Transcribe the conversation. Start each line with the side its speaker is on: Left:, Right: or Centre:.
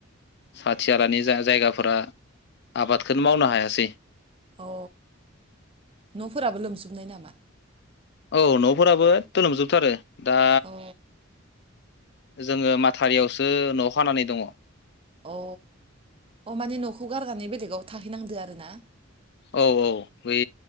Right: उम
Left: साथि आलानि जा जायगाफोरा आबादखौनो मावनो हायासै
Right: अ न'फ्राबो लोमजुबनाय नामा?
Left: औ न'फोराबो एकट' लोमजोबथारो दा
Right: अ
Left: जोङो माथारियावसो न खानानै दङ
Right: अ अ माने न'खौ गारनानै बेलेगाव थाहैनांदो आरोना
Left: औ औ बै